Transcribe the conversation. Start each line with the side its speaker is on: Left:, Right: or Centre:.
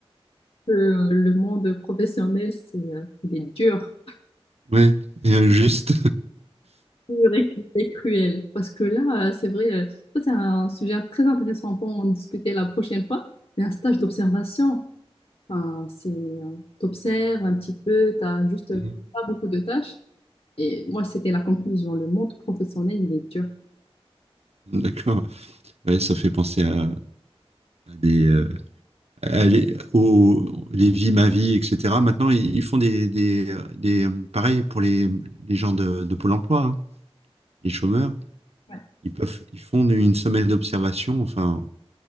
Left: euh, le monde professionnel, c'est euh, il est dur,
Right: Ouais, et injuste.
Left: dur et, et cruel. Parce que là, euh, c'est vrai, euh, ça c'est un sujet très intéressant pour en discuter la prochaine fois. Mais un stage d'observation, enfin, c'est euh, t'observes un petit peu, t'as juste
Right: <laughs>
Left: pas beaucoup de tâches. Et moi, c'était la conclusion. Le monde professionnel, il est dur.
Right: D'accord. Ouais, ça fait penser à, à des, euh, aller au les vies ma vie etc maintenant ils ils font des des, des pareil pour les, les gens de, de Pôle emploi hein, les chômeurs
Left: Ouais.
Right: ils peuvent ils font une semaine d'observation enfin